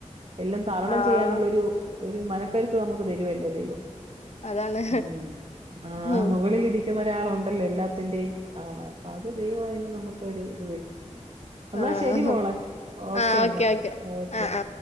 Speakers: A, on the right; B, on the left.
A: എല്ലാം തരണം
B: ആഹ്
A: ചെയ്യാനുള്ള ഒരു ഒരു മനക്കരുത്ത് നമുക്ക് തരുവല്ലോ ദൈവം
B: അതാണ്
A: ഉം ആ ആഹ്
B: ഉം
A: മുകളിൽ ഇരി ക്കുന്ന ഒരാളൊണ്ടല്ലോ എല്ലാത്തിന്റെയും ആള് അപ്പൊ അത് ദൈവം അയിന് നമുക്കൊരു ഇത് തരും എന്നാ
B: ആഹ്
A: ശരി മോളേ ഓക്കേ
B: ആഹ് ഓക്കെ
A: എന്നാ
B: ഓക്കെ
A: ഓക്കേ
B: ആഹ് ആഹ്